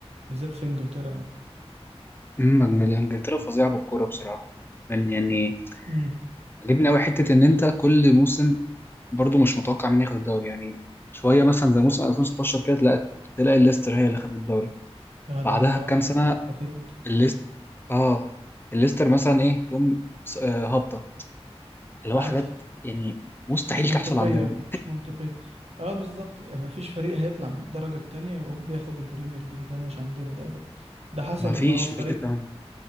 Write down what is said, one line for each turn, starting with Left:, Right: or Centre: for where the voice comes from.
Right: بالذات في انجلترا يعني
Left: امم انجلترا فظيعه بالكوره بصراحه يعني يعني
Right: امم
Left: عجبني قوي حته ان انت كل موسم برضو مش متوقع مين ياخد الدوري يعني شويه مثلا زي موسم 2016 كده تلاقي تلاقي الليستر هي اللي خدت الدوري
Right: هذا
Left: بعدها
Right: موضوع
Left: بكام
Right: غ-
Left: سنه
Right: خطير جدا
Left: الليستر اه الليستر مثلا ايه تقوم س- آه، هابطه اللي هو
Right: عادي
Left: حاجات يعني مستحيل
Right: مش منطقية
Left: تحصل عندنا
Right: مش منطقية اه بالظبط يعني مفيش فريق هيطلع من الدرجة التانية يقوم ياخد البريمير ليج ده مش عندنا ده ابدا ده حصل
Left: ما فيش
Right: ان هو فريق
Left: ما فيش الكلام ده